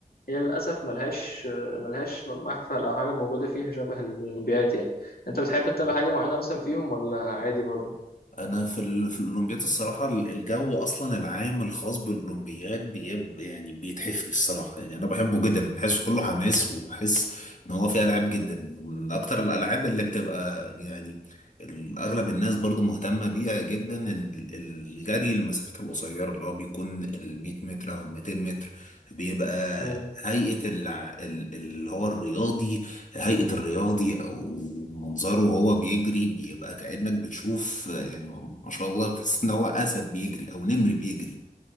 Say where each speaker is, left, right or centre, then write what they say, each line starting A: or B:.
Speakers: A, on the left (about 85°); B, on the left (about 55°).
A: هي للاسف ملهاش آه، ملهاش محفل او حاجه موجوده فيها شبه الاولمبيات يعني انت بتحب تتابع
B: مم.
A: حاجه معينه مثلا فيهم ولا عادي برضو
B: انا في ال... في الاولمبياد الصراحه ال- الجو اصلا العام الخاص بالاولمبياد بيب... يعني بيتحفني الصراحه يعني انا بحبه جدا بحس
A: مم.
B: كله حماس وبحس ان هو فيه العاب جدا ومن اكتر الالعاب اللي بتبقى يعني ال- اغلب الناس برضو مهتمه بيها جدا ال- الجري المسافات القصيره اللي هو بيكون ال 100 متر او ال 200 متر بيبقى
A: مم.
B: هيئه الع- ال- اللي هو الرياضي هيئة الرياضي أو منظره وهو بيجري بيبقى كأنك بتشوف يعني ما شاء الله بتحس إن هو أسد بيجري أو نمر بيجري